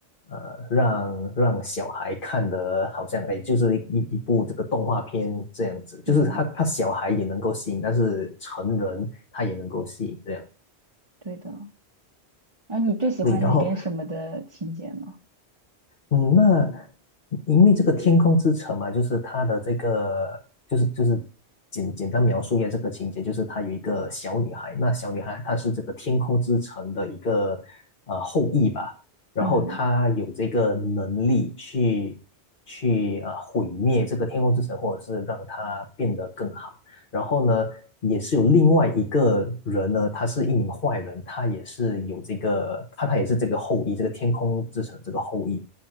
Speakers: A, on the left; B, on the right.
A: 呃，让让小孩看的好像哎，就是一一部这个动画片这样子，就是他他小孩也能够吸引，
B: 嗯，
A: 但是成人他也能够吸引这样，
B: 对的。然后你最喜欢里边什么的情节呢？
A: 对，然后。嗯，那因为这个《天空之城》嘛，就是它的这个，就是就是简简单描述一下这个情节，就是她有一个小女孩，那小女孩她是这个天空之城的一个呃后裔吧，然后她有这个能力去去啊、
B: 嗯，
A: 呃毁灭这个天空之城，或者是让它变得更好。然后呢，也是有另外一个人呢，他是一名坏人，他也是有这个，他他也是这个后裔，这个天空之城这个后裔。